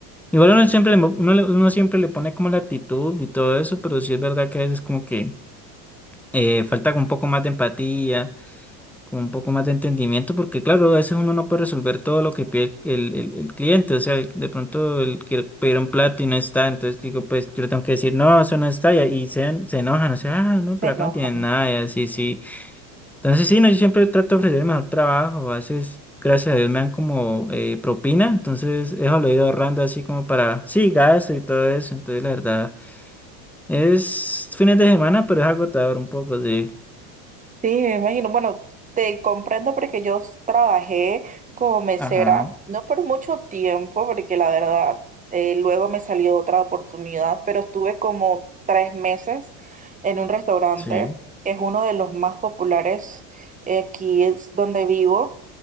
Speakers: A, in the centre; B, on the right (about 15°).
A: Igual uno siempre, le mo- uno, le- uno siempre le pone como la actitud y todo eso, pero sí es verdad que a veces como que eh, falta como un poco más de empatía, como un poco más de entendimiento, porque claro, a veces uno no puede resolver todo lo que pide el, el, el- el cliente, o sea, el- de pronto él quiere pedir un plato y no está, entonces digo, pues yo le tengo que decir, no, eso no está, y, y se, se enojan, o sea, ah, no,
B: Se
A: pero acá
B: enoja.
A: no tienen nada, y así, sí. Entonces sí, no, yo siempre trato de ofrecer el mejor trabajo. A veces, gracias a Dios, me dan como eh, propina. Entonces eso lo he ido ahorrando así como para, sí, gasto y todo eso. Entonces la verdad, es fines de semana, pero es agotador un poco, sí.
B: Sí, me imagino. Bueno, te comprendo porque yo s- trabajé como mesera,
A: Ajá,
B: no por mucho tiempo, porque la verdad, eh, luego me salió otra oportunidad, pero estuve como tres meses en un restaurante
A: sí,
B: que es uno de los más populares eh, aquí es donde vivo.